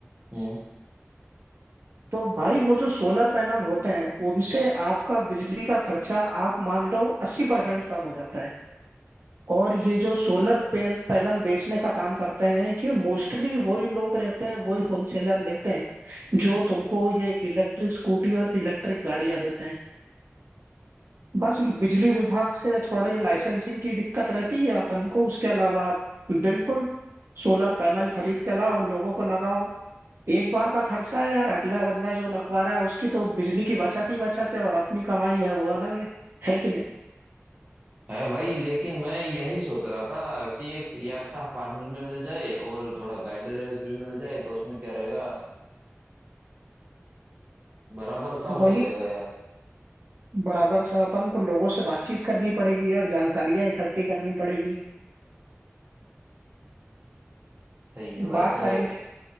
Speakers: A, on the right; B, on the right.
A: हम्म
B: तो भाई वो जो सोलर पैनल होते हैं उनसे आपका बिजली का खर्चा आप मान लो अस्सी परसेंट कम हो जाता है और ये जो सोलर पैन, पैनल बेचने का काम करते हैं कि मोस्टली वही लोग रहते हैं वही होलसेलर लेते हैं जो तुमको ये इलेक्ट्रिक स्कूटी और इलेक्ट्रिक गाड़ियां देते हैं बस बिजली विभाग से थोड़ी लाइसेंसिंग की दिक्कत रहती है अपन को उसके अलावा बिल्कुल सोलर पैनल खरीद के लाओ लोगों को लगाओ एक बार का खर्चा है यार अगला बंदा जो लगवा रहा है उसकी तो बिजली की बचत ही बचत है और अपनी कमाई है वो अलग है है कि नहीं
A: है भाई लेकिन मैं यही सोच रहा था कि एक ये अच्छा पार्टनर में मिल जाए और थोड़ा गाइडेंस भी मिल जाए तो उसमें क्या रहेगा बराबर सा वो
B: वही
A: हो जाएगा यार
B: बराबर से अपन को लोगों से बातचीत करनी पड़ेगी यार जानकारियां इकट्ठी करनी पड़ेगी
A: सही है भाई
B: बात
A: तो
B: करेंगे